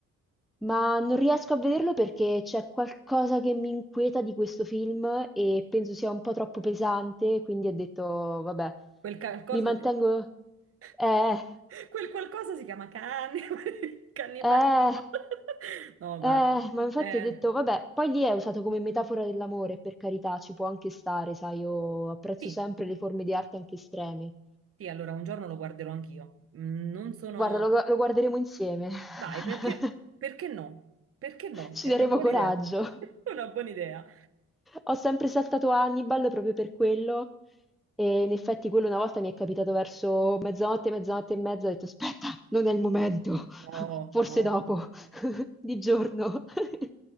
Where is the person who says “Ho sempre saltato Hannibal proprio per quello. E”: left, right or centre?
Centre